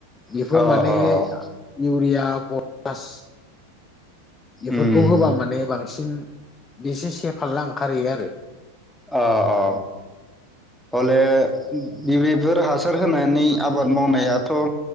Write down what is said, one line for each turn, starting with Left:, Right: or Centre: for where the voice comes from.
Left: बिफोर
Centre: अ अ
Left: माने इउरिया ब बास बेफोरखौ
Centre: उम
Left: होबा माने बांसिन बेसे सेफारला ओंखारहैयो आरो
Centre: अ अ हले बेबेफोर हासार होनानै आबाद मावनायाथ'